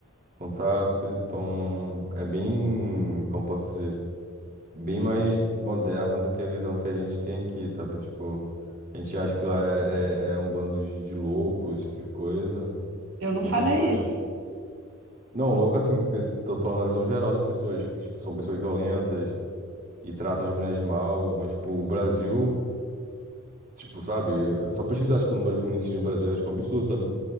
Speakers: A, on the right (about 40°); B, on the right (about 90°).
A: contato, então é bem, como posso dizer, bem mais moderna do que a visão que a gente tem aqui, sabe? Tipo, a gente acha que lá é, é, é um bando de, de loucos, esse tipo de coisa,
B: Eu não
A: ou
B: falei
A: pessoas.
B: isso.
A: Não, louco assim, que pes- tô falando na visão geral das pessoas, que, tipo, são pessoas violentas e tratam as mulheres mal, mas, tipo, o Brasil, tipo, sabe? Só pesquisar, tipo, o número de feminicídios no Brasil é, tipo, um absurdo, sabe?